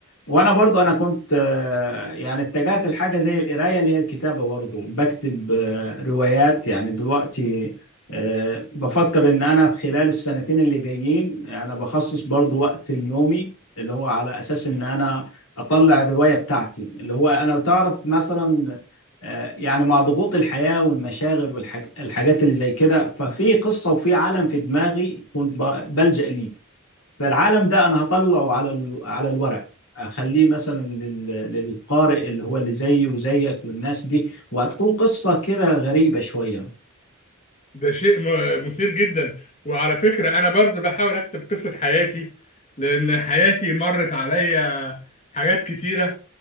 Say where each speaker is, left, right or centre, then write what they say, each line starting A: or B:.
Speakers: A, on the left; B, on the left.
A: وانا برضو انا كنت آه، يعني اتجهت لحاجه زي القرايه اللي هي الكتابه برضو بكتب آه، روايات يعني دلوقتي أه بفكر ان انا في خلال السنتين اللي جايين انا بخصص برضو وقت اليومي اللي هو على اساس ان انا اطلع الرواية بتاعتي اللي هو انا بتعرف مثلا أه يعني مع ضغوط الحياة والمشاغل والحاجات اللي زي كده ففي قصة وفي عالم في دماغي كنت ب- بلجأ ليه فالعالم ده انا هطلعه على ال- على الورق اخليه مثلا لل- للقارئ اللي هو اللي زيي وزيك والناس دي وهتكون قصة كده غريبة شوية
B: ده شيء م- مثير جدا وعلى فكرة أنا برضو بحاول أكتب قصة حياتي لأن حياتي مرت عليا حاجات كتيرة